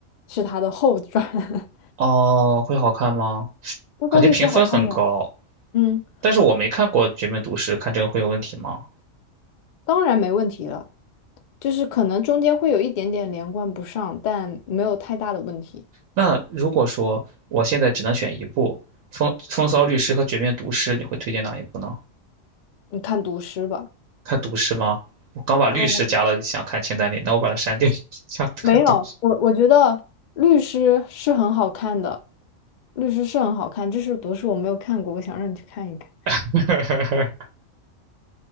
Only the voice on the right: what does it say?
哦，会好看吗？
感觉评分很高，
但是我没看过《绝命毒师》，看这个会有问题吗？
那如果说我现在只能选一部，《风风骚律师》和《绝命毒师》，你会推荐哪一部呢？
看毒师吗？我刚把律师加了，
想看清单里，那我把它删掉，<laughs> 想看毒师。
<laughs>